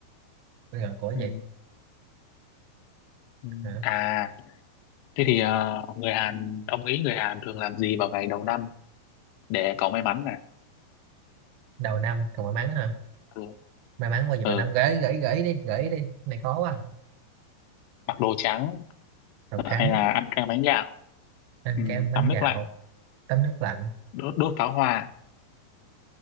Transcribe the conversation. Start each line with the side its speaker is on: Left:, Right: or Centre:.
Right: bây giờ của cái
Left: ừ,
Right: gì
Left: ừ.
Right: hả
Left: à thế thì à, người Hàn ông nghĩ người Hàn thường làm gì vào ngày đầu năm để có may mắn nè
Right: đầu năm còn may mắn hả
Left: ừ.
Right: may mắn bao giờ
Left: ừ.
Right: đầu năm gửi gửi gửi đi gửi đi Cái này khó quá
Left: mặc đồ trắng
Right: màu
Left: ờ,
Right: trắng
Left: hay là ăn kem bánh gạo
Right: ăn
Left: ừ.
Right: kem bánh
Left: tắm
Right: gạo
Left: nước lạnh
Right: tắm nước lạnh
Left: đốt, đốt pháo hoa